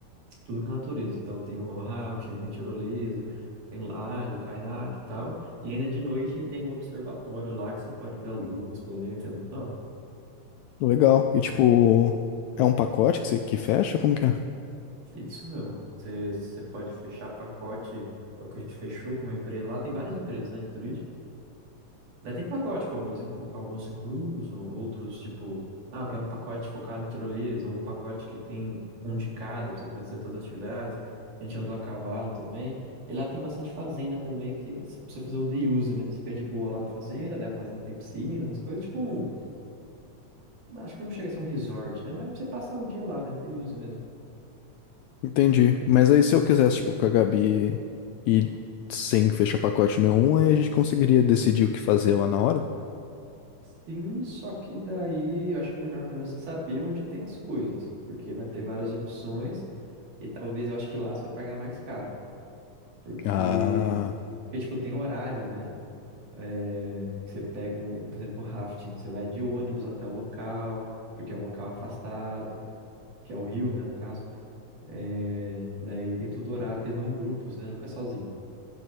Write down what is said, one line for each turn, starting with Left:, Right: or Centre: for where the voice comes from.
Right: tudo com natureza. Então tem o rafting, tem tirolesa, tem lago, caiaque e tal. E ainda de noite tem um observatório lá que você pode ver a lua, os planetas, é muito da hora.
Left: Legal. E tipo, é um pacote que, você- que fecha? Como que é?
Right: É isso mesmo. Você, você pode fechar pacote, é o que a gente fechou com uma empresa lá, tem várias empresas, né, de turismo. Daí tem pacote, com almoço, inclu- almoço incluso, outros tipo, ah, eu quero um pacote focado em tirolesa, ou um pacote que tem um de cada, pra você conhecer todas as atividades. A gente andou a cavalo também. E lá tem bastante fazenda também, que eles- pra você fazer o day use, né? Você fica de boa lá na fazenda, daí a fazenda tem piscina, essas coisas. Tipo um, acho que não chega a ser um resort, né? Mas pra você passar o dia lá, né? Day use mesmo.
Left: Entendi. Mas aí se eu quisesse, tipo, com a Gabi e sem fechar pacote nenhum, aí a gente conseguiria decidir o que fazer lá na hora?
Right: Sim, só que daí eu acho melhor pelo menos você saber onde tem as coisas, porque vai ter várias opções. E talvez eu acho que lá você vai pagar mais caro. Porque,
Left: Ah,
Right: porque tipo, tem horário, né? É, Você pega um, por exemplo, rafting, você vai de ônibus até o local, porque é um local afastado, que é o rio, né, no caso. É, daí tem todo horário, porque eles vão em grupos, né, nunca é sozinho.